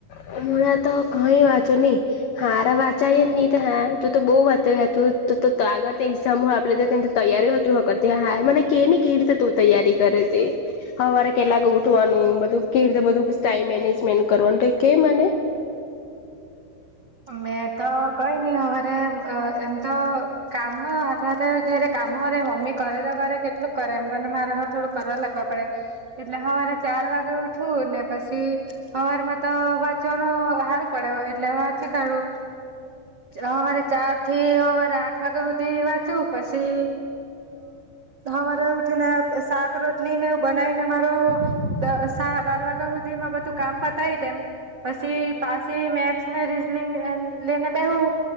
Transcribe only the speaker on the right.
મેં તો કઈ ની હવારે અ એમતો કામ હો હાથ રે હાથે ઘેરે કામ હો રે મમ્મી કરે તો કરે કેટલુંક કરે એમ કરને મારે હો થોડું કરવા લાગવા પડે એટલે હવે મારે ચાર વાગે ઉઠું ને પછી અવારમાં તો વાંચવાનું સારું પડે એટલે ચી કાઢું. સવારે ચાર થી સવારે આઠ વાગ્યા સુધી વાંચું પશી અ હવારે ઉઠી ને શાક રોટલી ને એવ બનાવીને મારો દસ સાડા બાર વાગ્યા સુધી માં બધું કામ પતાવી દેમ પછી પાછી મેસની રિ લેને બે હું